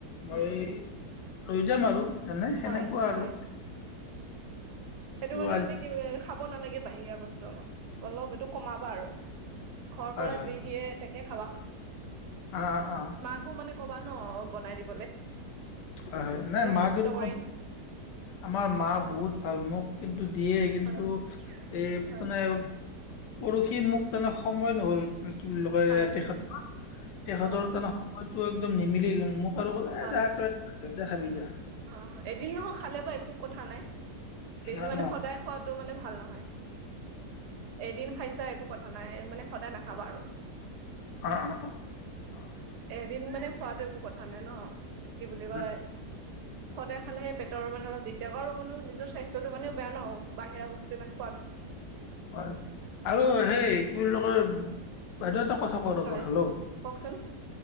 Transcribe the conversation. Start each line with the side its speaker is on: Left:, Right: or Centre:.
Left: মই
Right: উম
Left: এই
Right: উম
Left: ৰই যাম আৰু। এনে সেনেকুৱা
Right: হয়
Left: আৰু।
Right: হয় সেইটো
Left: ত
Right: কাৰণে
Left: আজি
Right: মানে কি খাব নালাগে বাহিৰা কষ্ট অলপ অলপ এইটো কমাবা আৰু ঘৰৰ
Left: হয়
Right: পৰা
Left: হয়
Right: যি দিয়ে তাকে কে খাবা
Left: অ অ
Right: মাকো মানে ক'বা ন বনাই দিব
Left: হয় হয় নাই মাক
Right: কষ্ট
Left: কিন্তু
Right: কৰি
Left: আমাৰ মা বহুত ভাল মোক কিন্তু দিয়ে কিন্তু
Right: হয়
Left: এ
Right: হয়
Left: মানে পৰহি মোক তেনে সময় নহ'ল কি বুলি কয়
Right: হয়
Left: তেখেতৰ তেখেতৰ
Right: অ
Left: তাৰমানে সম তটো একদম নিমিল মোক সৰু কলে
Right: হয়
Left: যা তয় দেখাবিজা
Right: অ এদিন নহয় খালে বা একো কথা নাই বেছি
Left: অঁ
Right: মানে সদায় খোৱাটো মানে ভাল নহয় <unintelligible> এদিন খাইছা একো কথা নাই মানে সদায় নাখাবা আৰু
Left: অঁ অঁ
Right: এদিন মানে খোৱাতটো একো কথা নাই ন কি বুলি কয়
Left: অঁ
Right: সদায় খালেহে পেটৰ তাৰমানে অলপ দেগাৰো মানে নিজৰ স্বাস্থ্যৰটো কাৰণে বেয়া ন বাহিৰা বস্তু ইমান খোৱাাতটো
Left: হয় আৰু সেই কি বুলি কয় বাইদেউ এটা
Right: হয় কওকচোন